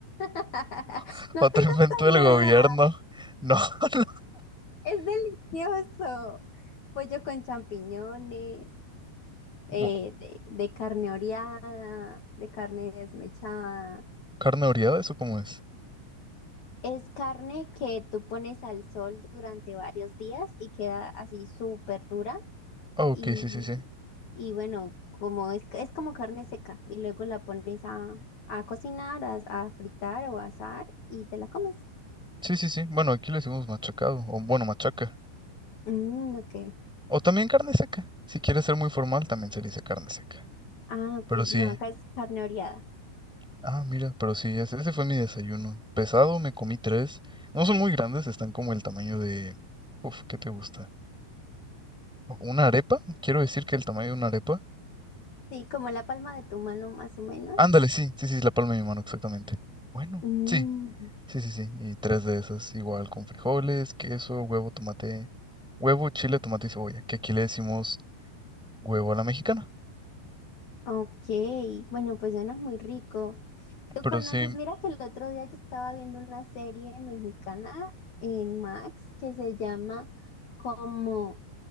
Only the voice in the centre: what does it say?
<laughs>
Otro
invento
del
gobierno. No. <laughs>
Mo-
¿Carne oreada? ¿Eso cómo es?
Ah, ok,
sí, sí, sí.
Sí, sí, sí. Bueno, aquí le decimos machacado, o bueno, machaca.
O también carne seca. Si quieres ser muy formal, también se le dice carne seca.
Pero sí.
Ah, mira, pero sí, ese, ese fue mi desayuno. Pesado, me comí tres. No son muy grandes, están como el tamaño de... Uf, ¿qué te gusta? ¿Una arepa? Quiero decir que el tamaño de una arepa.
Ándale, sí, sí, sí, la palma de mi mano, exactamente. Bueno,
sí, sí, sí, sí. Y tres de esas, igual con frijoles, queso, huevo, tomate. Huevo, chile, tomate y cebolla, que aquí le decimos huevo a la mexicana.
Pero
sí,